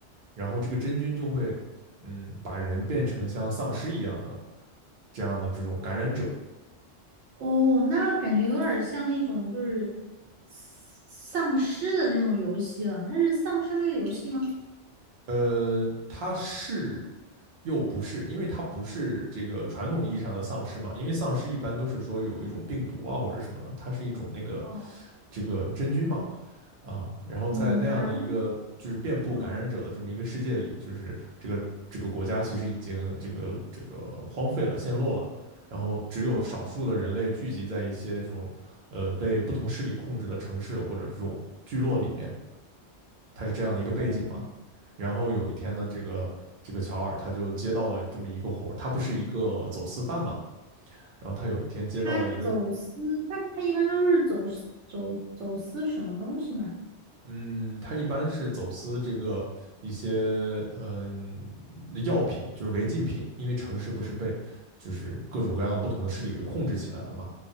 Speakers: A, on the right; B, on the right.
A: 然后这个真菌就会嗯把人变成像丧尸一样的这样的这种感染者。
B: 哦，那感觉有点儿像那种就是丧尸的那种游戏了。它是丧尸类游戏吗？
A: 呃，他是又不是，因为它不是这个传统意义上的丧尸嘛，因为丧尸一般都是说有一种病毒啊或者什么的，它是一种那个
B: 哦，
A: 这个真菌嘛啊，然后在那样的一个就是遍布感染者的这么一个世界里，
B: 嗯，然后，嗯
A: 就是这个这个国家其实已经这个这个荒废了、陷落了，然后只有少数的人类聚集在一些这种呃被不同势力控制的城市或者这种聚落里面，
B: 哦，
A: 他是这样的一个背景嘛。
B: 哦，
A: 然后有一天呢，这个这个乔尔他就接到了这么一个活他不是一个走私犯嘛，然后他有一天接到了一个，
B: 它走私，它它一般都是走私走走私什么东西呢？
A: 嗯，他一般是走私这个一些嗯呃药品，就是违禁品，因为城市不是被就是各种各样的不同的势力给控制起来了嘛，